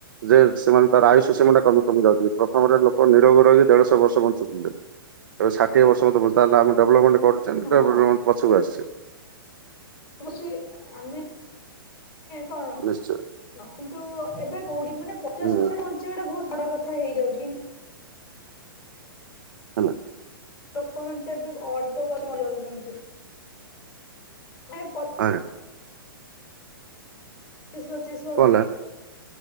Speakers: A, on the right; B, on the left.
A: ଯେ ସେମାନେ ତାର ଆୟୁଷ ସୀମା ଟା କମି କମି ଯାଉଛନ୍ତି ପ୍ରଥମରେ ଲୋକ ନିରୋଗ ରହିକି ଦେଢ଼ଶହ ବର୍ଷ ବଞ୍ଚୁଥିଲେ। ଏ ଷାଠିଏ ବର୍ଷ ମତ ବ ତାହେଲେ ଆମ ଡେଲପମେଣ୍ଟ କରୁଛ
B: ହଁ
A: ଡେଭଲପମେଣ୍ଟ ପଛକୁ ଆସିଚେ?
B: <inaudible> ଆମେ? କଣ
A: ନିଶ୍ଚୟ
B: କିନ୍ତୁ ଏବେ କୋଉଠି ମାନେ ପଚାଶ
A: ହୁଁ
B: ବର୍ଷ ଟା ବହୁତ ବଡ଼ କଥା ହେଇଯାଉଛି କିନ୍ତୁ
A: ହେଲ।।
B: ଲୋକମାନେ ତ ଏବେ ଅଳ୍ପ ବୟସ ମରିଯାଉଛନ୍ତି, ନାଇଁ ପ
A: ଆରେ
B: ଚବିଶ ପଚିଶ ବ
A: କଲା